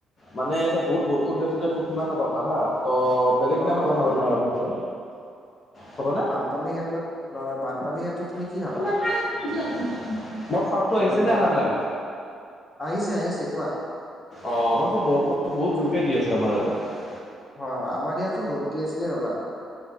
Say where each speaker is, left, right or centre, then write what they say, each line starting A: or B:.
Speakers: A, on the left; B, on the left.
A: মানে ইয়াতে বহুত বৰষুণ
B: কি
A: দি আছে তোক শুনা নাপাবা হা ত' বেলেগ দিনা
B: অ
A: আমি
B: ন
A: কথা
B: অ
A: পাতিম
B: ন
A: আৰু ভালছে, হ'বনে?
B: পানীৰ ক্ষেত্ৰত বানপানীৰ ক্ষেত্ৰত- তুমি
A: <unintelligible>
B: কি ভাবা ধৰি লোৱা,
A: নে আহা নাই?
B: আহিছে আহিছে কোৱা?
A: অঁ, আমাৰ ঘৰত বৰষুণ বহুত জোৰকে দি আছে আমাৰ ইয়াতে।
B: হয়, হয় আমাৰ ইয়াতো ৰ'দ দি আছিলে ৰবা।